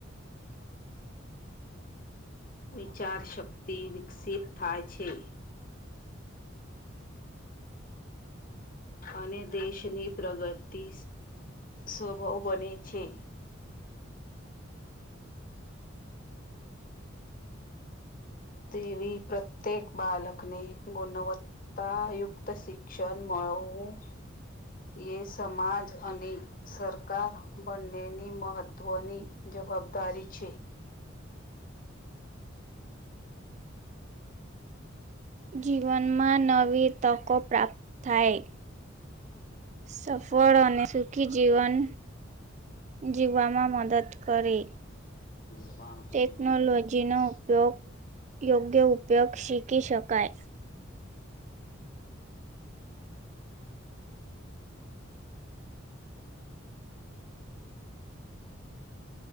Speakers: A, on the left (about 45°); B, on the right (about 35°).
A: વિચારશક્તિ વિકસિત થાય છે અને દેશની પ્રગતિ સ્વભાવ બને છે તેવી પ્રત્યેક બાલકને ગુણવત્તા ત્તાયુક્ત શિક્ષણ મળવું એ સમાજ અને સરકાર બંનેની મહત્ત્વની જવાબદારી છે.
B: જીવનમાં નવી તકો પ્રાપ્ત થાય સફળ અને સુખી જીવન જીવામાં મદદ કરે.
A: જરાબ
B: ટેકનોલોજીનો
A: <unintelligible>
B: ઉપયોગ યોગ્ય ઉપયોગ શીખી શકાય